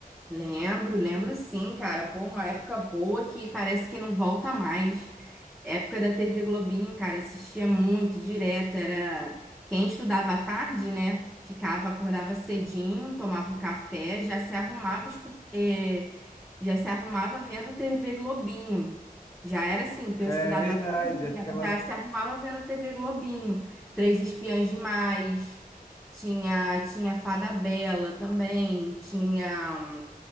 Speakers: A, in the centre; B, on the left.
A: Lembro, lembro sim, cara. Pô, uma época boa que parece que não volta mais. Época da TV Globinho, cara, assistia muito direto. Era quem estudava à tarde, né? Ficava, acordava cedinho, tomava um café, já se arrumava, escu- eh, já se arrumava vendo TV Globinho. Já era assim, que
B: É
A: eu estudava
B: verdade,
A: à tarde,
B: já ficava.
A: já já se arrumava vendo TV Globinho. Três Espiãs Demais, tinha, tinha Fada Bela também, tinha.